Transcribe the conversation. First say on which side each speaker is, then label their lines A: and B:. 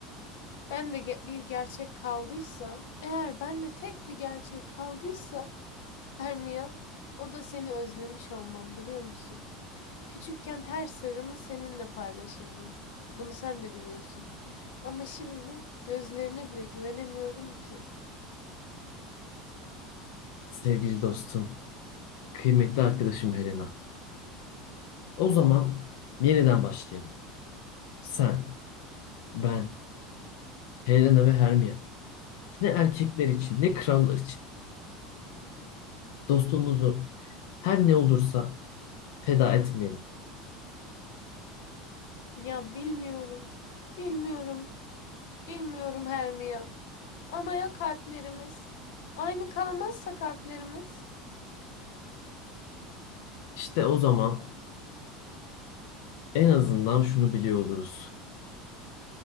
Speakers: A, on the left (about 85°); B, on the left (about 70°).
A: Ben de ge- bir gerçek kaldıysa, eğer ben de tek bir gerçek kaldıysa Hermia, o da seni özlemiş olmam biliyor musun? Küçükken her sırrımı seninle paylaşırdım. Bunu sen de biliyorsun. Ama şimdi gözlerine bile güvenemiyorum ki.
B: Sevgili dostum, kıymetli arkadaşım Helena. O zaman yeniden başlayalım. Sen, ben, Helena ve Hermione. Ne erkekler için, ne krallar için. Dostluğumuzu her ne olursa feda etmeyelim.
A: Ya bilmiyorum, bilmiyorum, bilmiyorum Hermia. Ama ya kalplerimiz? Aynı kalmazsa kalplerimiz?
B: İşte o zaman en azından şunu biliyor oluruz.